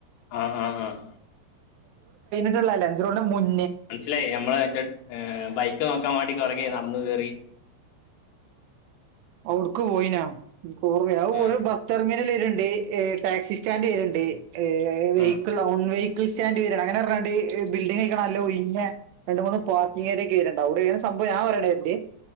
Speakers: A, on the left; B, on the right.
A: ആഹ് ആഹ് ആഹ്
B: എഞ്ചി റോഡ്ന്റെ മുന്നേ
A: മനസ്സിലായി മ്മള് മറ്റ ബൈക്ക് നോക്കാൻ വേണ്ടി കുറകേ നടന്ന കേറി
B: അവടുക്ക് പോയിനാ എനിക്ക് ഓർമല്യ
A: ആ
B: ഒരു ബസ് ടെർമിനൽണ്ട് ഈ എ ടാക്സി സ്റ്റാൻഡ് വരെയുണ്ട് വെഹിക്കിൽ
A: ആ
B: വെഹിക്കിൾ സ്റ്റാൻഡ് വരെ അങ്ങനെ റാടി ബിൽഡിംഗ് നല്ല ഒഴിഞ്ഞ് രണ്ട്. മൂന്ന് പാർക്കിംങ്ങ് ഏരിയോക്കെ ഇതിലിണ്ട് <unintelligible> സംഭവ <unintelligible>